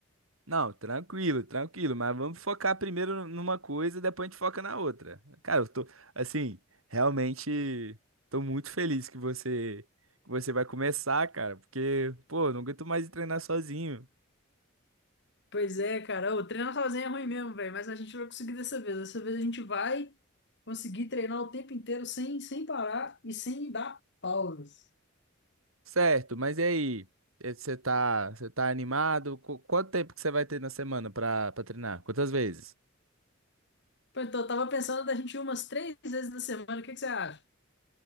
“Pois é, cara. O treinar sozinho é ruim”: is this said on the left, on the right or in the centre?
Left